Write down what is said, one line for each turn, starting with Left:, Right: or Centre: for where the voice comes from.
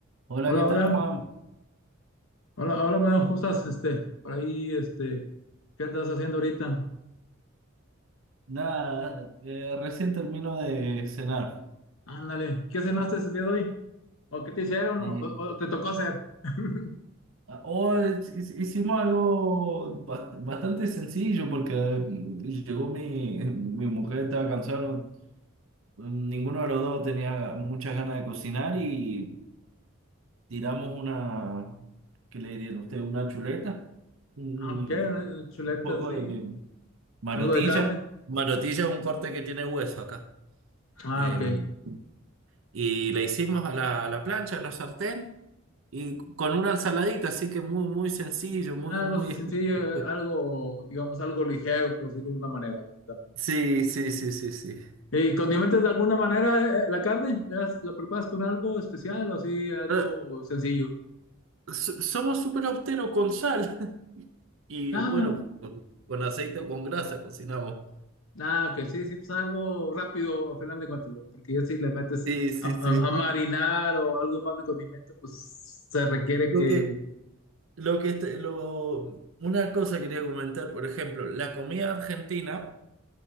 Right: Hola,
Left: Hola,
Right: ¿qué tal,
Left: hola,
Right: Juan?
Left: hola, hola, Meo, ¿cómo estás? Este, por ahí, este, ¿qué andas haciendo ahorita?
Right: Nada, eh, recién termino de cenar.
Left: Ándale, ¿qué cenaste el día de hoy? ¿O qué te hicieron?
Right: Eh,
Left: ¿O, o te tocó hacer? <laughs>
Right: hoy hi- hicimos algo ba- bastante sencillo porque mm, llegó mi, <laughs> mi mujer, estaba cansada, ninguno de los dos tenía muchas ganas de cocinar y tiramos una, ¿qué le dirían ustedes? Una chuleta, un
Left: Ah, Ok, ¿no? chuletas,
Right: poco
Left: sí.
Right: de marotilla.
Left: ¿Algo de carne?
Right: Marotilla es un corte que tiene hueso acá.
Left: Ah,
Right: Em,
Left: ok.
Right: y la hicimos a la, a la plancha, a la sartén. Y con una ensaladita, así que muy, muy sencillo, muy,
Left: Algo
Right: muy...
Left: sencillo,
Right: <laughs>
Left: algo, digamos, algo ligero, por decirlo de alguna manera, también.
Right: Sí, sí, sí, sí, sí.
Left: ¿Y condimentas de alguna manera eh, eh, la carne? ¿La, la preparas con algo especial o así, algo
Right: Pero
Left: sencillo?
Right: so- somos súper austeros con sal <laughs> y
Left: Ah,
Right: bueno,
Left: mira.
Right: con, con aceite o con grasa cocinamos.
Left: Ah, que sí, sí, pues algo rápido, al final de cuentas, ¿no? porque ya si le metes
Right: Sí, sí,
Left: a, a-
Right: sí.
Left: a marinar o algo más de condimento, pues se requiere
Right: Lo
Left: que...
Right: que, lo que, este- lo, una cosa quería comentar, por ejemplo, la comida argentina